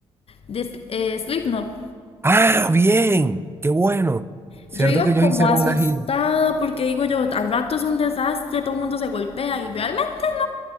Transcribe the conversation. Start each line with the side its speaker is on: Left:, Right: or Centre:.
Left: de eh, Slipknot.
Right: Ah, bien, qué bueno. Cierto
Left: Yo iba
Right: que ellos
Left: como
Right: hicieron
Left: asustada
Right: una gira.
Left: porque digo yo, al rato es un desastre, todo el mundo se golpea y realmente